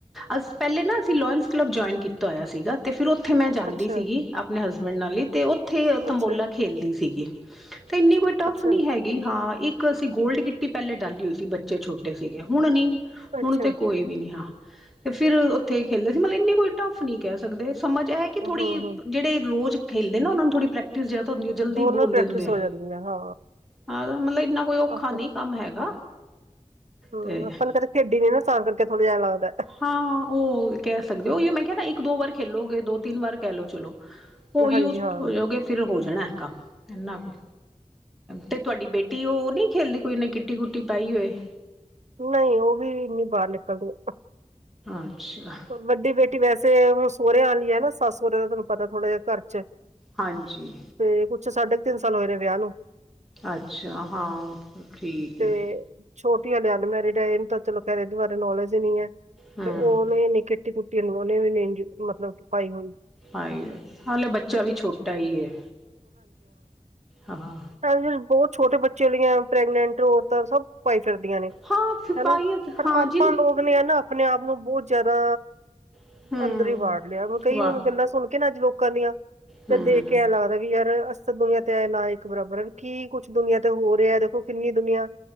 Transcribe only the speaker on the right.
ਅੱਛਾ
ਅੱਛਾ
ਅੱਛਾ
ਅੱਛਾ
ਹੂੰ
ਹੂੰ
ਉਹਨਾਂ
ਪ੍ਰੈਕਟਿਸ
ਹੋ ਜਾਂਦੀ ਹਾਂ
ਆਪਾਂ-
ਹੂੰ
ਆਪਾਂ ਨੂੰ ਕਦੀ ਖੇਡੀ ਨੀ ਨਾ ਤਾਂ ਕਰ ਥੋੜਾ ਜਿਹਾ ਲੱਗਦਾ।
ਹਾਂਜੀ
ਹਾਂ
ਨਈ ਓਵੀ ਨੀ ਬਾਰ ਨਿਕਲਦੀ।
ਵੱਡੀ ਬੇਟੀ ਵੈਸੇ ਹੁਣ ਸੋਹੇਆਂ ਆਲ ਈ ਏ ਨਾ ਸੱਸ ਸੋਰੇ ਦਾ ਤਾਨੂੰ ਪਤਾ ਥੋੜਾ ਜੇਹਾ ਘਰ ਚ
ਤੇ ਕੁੱਛ ਸਾਢੇ ਕੁ ਤਿੰਨ ਸਾਲ ਹੋਏ ਨੇ ਵਿਆਹ ਨੂੰ।
ਤੇ
ਛੋਟੀ ਹਲੇ ਅਨਮੈਰਿਡ ਏ ਏਨੂੰ ਤਾਂ ਚਲੋ ਏਦੇ ਬਾਰੇ ਨੋਲੇਜ ਹੀ ਨੀ ਐ।
ਤੇ ਓਨੇ ਨੀ ਕਿਟੀ ਕੁੱਟੀ ਓਨੇ ਵੀ ਨੀ ਮਤਲਬ ਕਿ ਪਾਈ ਹੋਣੀ।
ਹਾਜੀ ਬੋਤ ਛੋਟੇ ਬੱਚੇ ਆਲੀਆਂ ਪ੍ਰੈਗਨੈਂਟ ਔਰਤ ਸਭ ਪਈ ਫਿਰਦੀਆਂ ਨੇ
ਹੈਨਾ
ਪਰ
ਆਪਾਂ
ਲੋਕ ਓਨੇ ਨਾ ਆਪਣੇ ਆਪ ਨੂੰ ਬੋਤ ਜਿਆਦਾ
ਅੰਦਰ ਈ ਵੜ ਲਿਆ। ਕਈ
ਹੁਣ ਗੱਲਾਂ ਸੁਣ ਕੇ ਨਾ ਅੱਜ ਲੋਕਾਂ ਦੀਆਂ
ਤੇ ਦੇਖ ਕੇ ਕਿਆ ਲੱਗਦਾ ਵੀ ਯਾਰ ਅਸਰ ਦੁਨੀਆਂ ਤੇ ਹੈ ਨਾ ਏਕ ਬਰਾਬਰ ਕੀ ਕੁਛ ਦੁਨੀਆਂ ਤੇ ਹੋ ਰਿਹਾ ਦੇਖੋ ਕਿੰਨੀ ਦੁਨੀਆਂ